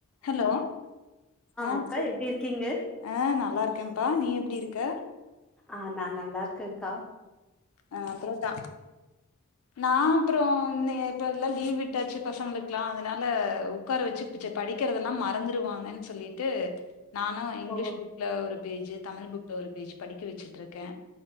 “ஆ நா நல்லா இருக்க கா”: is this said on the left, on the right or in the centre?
Centre